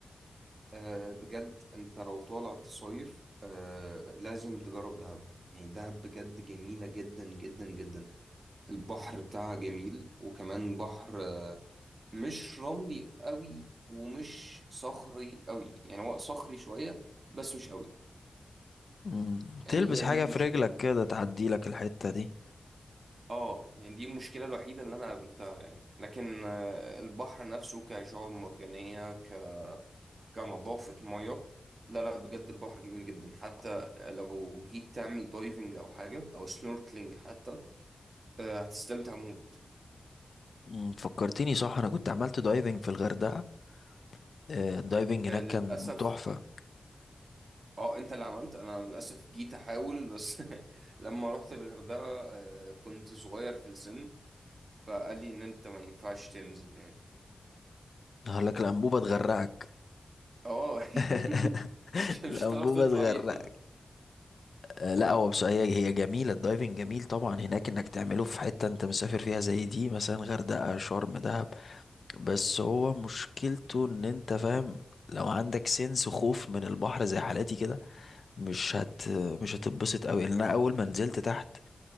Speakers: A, on the right; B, on the left.
A: آه، بجد انت لو طالع تصيف آه، لازم تجرب دهب يعني دهب بجد جميلة جدا جدا جدا البحر بتاعها جميل وكمان بحر مش رملي قوي ومش صخري قوي يعني هو صخري شوية بس مش قوي
B: مم.
A: يعني
B: تلبس
A: هي
B: حاجة
A: دي المشكلة
B: في رجلك كده تعدي لك الحتة دي
A: اه يعني دي المشكلة الوحيدة اللي أنا قابلتها يعني لكن آه، البحر نفسه كشعاب مرجانية ك... كنظافة مية لا لا بجد البحر جميل جدا حتى لو جيت تعمل دايفنج أو حاجة أو سنوركلينج حتى آه، هتستمتع موت
B: مم، فكرتني صح انا كنت عملت دايفنج في الغردقه آه، الدايفنج هناك
A: آه، للأسف
B: كان تحفه
A: اه انت اللي عملت انا للاسف جيت احاول بس <laughs> لما رحت الغردقه آه، كنت صغير في السن فقال لي ان انت ما ينفعش تنزل يعني
B: هقول لك الانبوبه تغرقك
A: اه
B: <laughs>
A: <laughs> مش مش
B: الانبوبه
A: هتعرف تطلع
B: تغرقك
A: بيها <laughs>
B: آه، لا هو بس هي هي جميله الدايفنج جميل طبعا هناك انك تعمله في حته انت مسافر فيها زي دي مثلا غردقه شرم دهب بس هو مشكلته ان انت فاهم لو عندك سنس خوف من البحر زي حالاتي كده مش هت مش هتتبسط قوي لان انا اول ما نزلت تحت